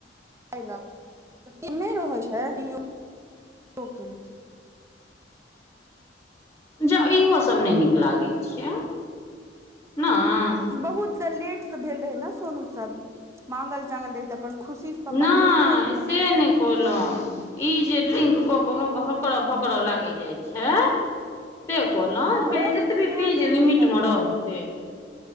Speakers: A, on the right; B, on the left.
A: ऐन, इ नै रहै छैय <unintelligible> ओखेलखिन।
B: ज इहो सब नै नीक लागै छियै नय?
A: बहुत त लेट से भेल रहै न सोनु सब मांगल -चांगल रहै त अपन खुशी से पप्पा
B: नय
A: केलकै
B: से नइ कहलौ इ जे ड्रिंक कऽ के हक-हकङऽ- भकड़ऽ लागै जाइ छैय से कहलौं
A: हँ
B: जे
A: ओ तऽ
B: एतबे
A: घिना
B: पी
A: दै
B: जे लिमिटमे
A: छै सबटा
B: रहतय।